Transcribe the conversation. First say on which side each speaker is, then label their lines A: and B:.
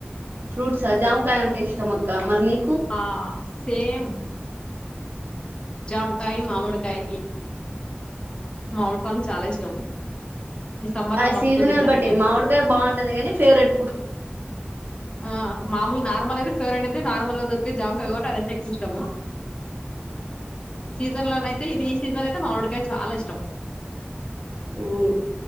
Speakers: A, on the right (about 60°); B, on the left (about 25°).
A: ఫ్రూట్సా జామకాయ అంటే ఇష్టమ అక్క మరినీ
B: ఆ సేమ్ జామకాయ మామిడికాయ మామిడి పండు చాలా ఇష్టం ఈ సమ్మర్ లో
A: ఆ
B: మస్తు
A: సీజనల్
B: తింటా
A: బట్టి
B: నేనైతే
A: మామిడికాయ బావుంటది గాని ఫేవరెట్ ఫ్రూ
B: ఆ మామూలు నార్మల్ అయితే ఫేవరెట్ అయితే నార్మల్ గా దొరికే జామకాయ కాబట్టి అదంటే ఎక్కువ ఇష్టము సీజన్ లోనయితే ఇది ఈ సీజన్ అయితే మామిడికాయ్ చాలా ఇష్టం
A: అవును